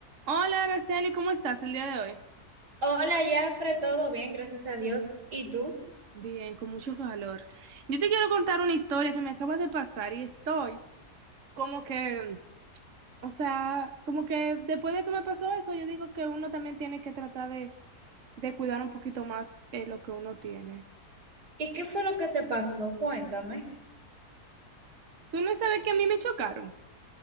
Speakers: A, on the right (about 55°); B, on the right (about 85°).
A: Hola, Araceli, ¿cómo estás el día de hoy?
B: Hola, Jafre, todo bien, gracias a Dios. ¿Y tú?
A: Bien, con mucho <laughs> calor. Yo te quiero contar una historia que me acaba de pasar y estoy como que, o sea, como que después de que me pasó eso, yo digo que uno también tiene que tratar de, de cuidar un poquito más eh, lo que uno tiene.
B: ¿Y qué fue lo que te pasó? Cuéntame.
A: ¿Tú no sabes que a mí me chocaron?